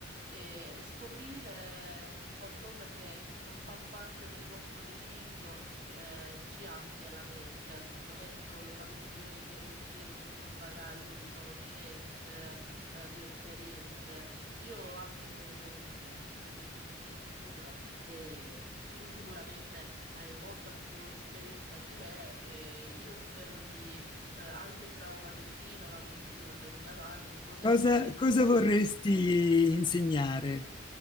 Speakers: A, on the right; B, on the left.
A: e, e scoprire qualcosa che non fa parte del nostro recinto, eh, ci amplia la mente. Non è solo una questione di arricchire il nostro bagaglio di conoscenze, eh, di esperienze. Io anche come te mi sento una persona molto curiosa e mh, tu sicuramente hai molta più esperienza di me e io spero di, eh, anche tra una decina, una ventina, trentina d'anni, di poter
B: Cosa,
A: dire che
B: cosa
A: ho fatto
B: vorresti
A: tanto.
B: insegnare?